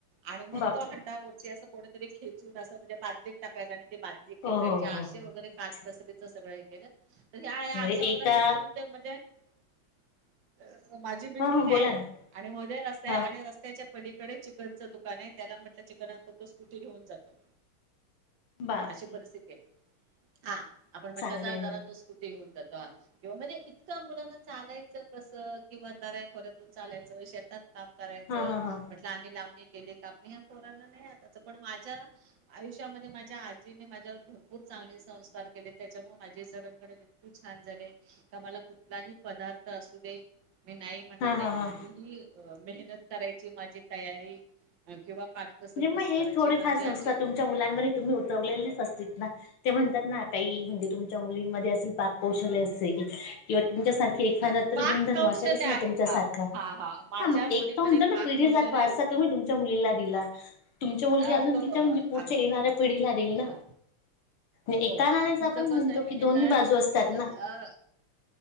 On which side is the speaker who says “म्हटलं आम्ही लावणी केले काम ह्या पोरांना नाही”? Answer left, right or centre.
Right